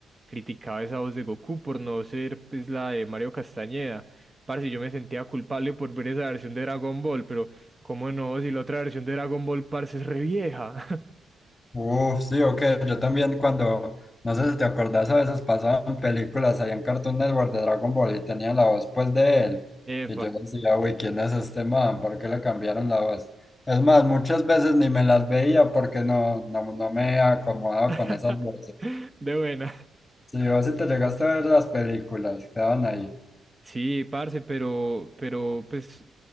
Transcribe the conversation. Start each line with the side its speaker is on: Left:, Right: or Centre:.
Right: criticaba esa voz de Goku por no ser, pues, la de Mario Castañeda. Parce, yo me sentía culpable por ver esa versión de Dragon Ball, pero ¿cómo no? Si la otra versión de Dragon Ball, parce, es re vieja.
Left: Uf, sí, ok. Yo también cuando, no sé si te acordás, a veces pasaban películas ahí en Cartoon Network de Dragon Ball y tenían la voz pues de él.
Right: <laughs> Epa.
Left: Y yo decía, uy, ¿quién es este man? ¿Por qué le cambiaron la voz? Es más, muchas veces ni me las veía porque no, no, no me acomodaba
Right: <laughs>
Left: con esas voces.
Right: De buena.
Left: Si vos sí te llegaste a ver las películas, quedaban ahí.
Right: Sí, parce, pero, pero pues